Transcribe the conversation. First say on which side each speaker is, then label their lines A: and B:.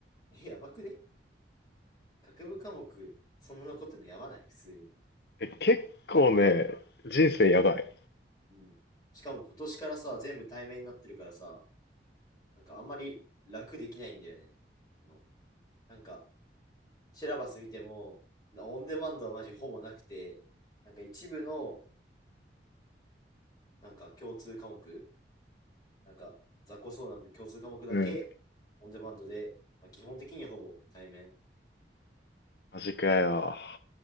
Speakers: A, on the left (about 20°); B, on the left (about 65°).
A: えやばくね学部科目、そんな残ってんのやばない普通に。
B: え結構ね、
A: が、
B: 人生やばい。
A: うん、うん。しかも今年からさ、全部対面になってるからさ、なんかあんまり楽できないんだよね。あのなんか、シラバス見ても、オンデマンドはマジほぼなくて、なんか一部の、なんか共通科目、なんか雑魚そうな共通科目だけ、
B: うん。
A: オンデマンドで、まあ、基本的にはほぼ対面。
B: マジかよ。